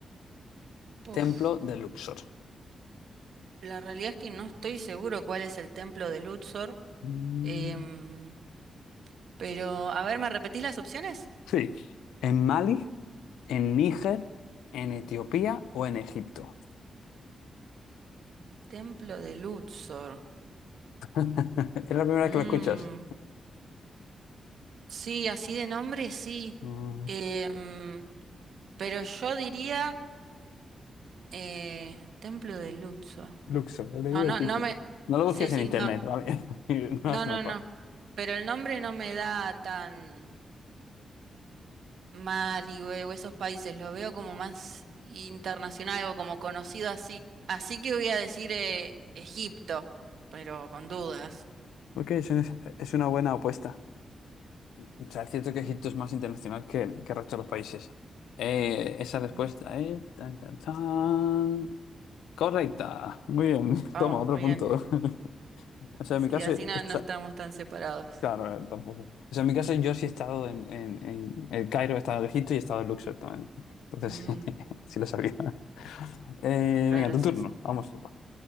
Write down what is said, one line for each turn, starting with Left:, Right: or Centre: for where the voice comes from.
Right: Puf.
Left: Templo de Luxor.
Right: La realidad es que no estoy seguro cuál es el templo de Luxor.
Left: Mm,
Right: em, pero, a ver, ¿me repetís las opciones?
Left: Sí. ¿En Mali, en Níger, en Etiopía o en Egipto?
Right: Templo de Luxor.
Left: <laughs> Es la primera
Right: Mm,
Left: vez que lo escuchas.
Right: Sí, así de nombre, sí.
Left: Mm.
Right: Em, pero yo diría eh, Templo de Luxor.
Left: Luxor, LVXO.
Right: No, no, no me...
Left: No lo busques
Right: Sí, sí,
Left: en internet,
Right: no.
Left: ¿vale? <laughs> No
Right: No,
Left: hagas trampa.
Right: no, no. Pero el nombre no me da tan Mali o o esos países. Lo veo como más internacional o como conocido así. Así que voy a decir eh, Egipto, pero con dudas.
Left: Ok, es, un- es una buena apuesta. O sea, es cierto que Egipto
Right: Mm,
Left: es más internacional que, que el resto de los países. Eh, esa respuesta
Right: Ujú.
Left: es... tan, tan, tan. Correcta. Muy bien. <laughs>
Right: Vamos,
Left: Toma, otro
Right: muy
Left: punto.
Right: bien.
Left: <laughs> O sea,
Right: Sí,
Left: en mi caso...
Right: así
Left: Está...
Right: no, no estamos tan separados.
Left: Claro, eh, tampoco. O sea, en mi caso yo sí he estado en, en, en el Cairo, he estado en Egipto y he estado en Luxor también. Entonces,
Right: Mm,
Left: <laughs> sí lo sabía. Eh,
Right: claro,
Left: venga, tu
Right: sí,
Left: turno.
Right: sí.
Left: Vamos, tú.